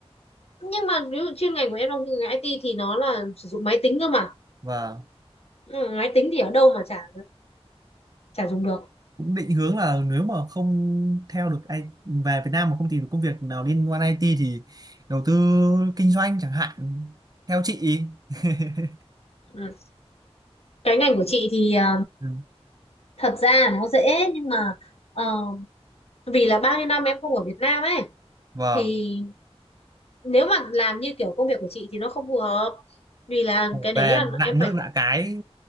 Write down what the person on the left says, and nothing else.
nhưng mà ví dụ chuyên ngành của em trong chuyên ngành IT thì nó là sử dụng máy tính cơ mà
ừ, máy tính thì ở đâu mà chả chả dùng được
ừ. cái ngành của chị thì ờ,
thật ra nó dễ nhưng mà ờ, vì là bao nhiêu năm em không ở Việt Nam ấy
thì nếu mà làm như kiểu công việc của chị thì nó không phù hợp vì là cái
đấy là
em
phải